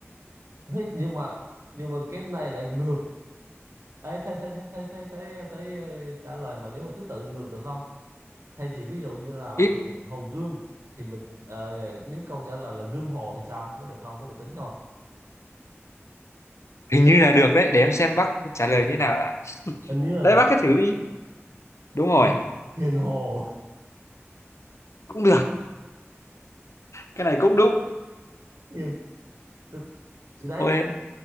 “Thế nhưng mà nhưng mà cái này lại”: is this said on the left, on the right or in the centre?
Right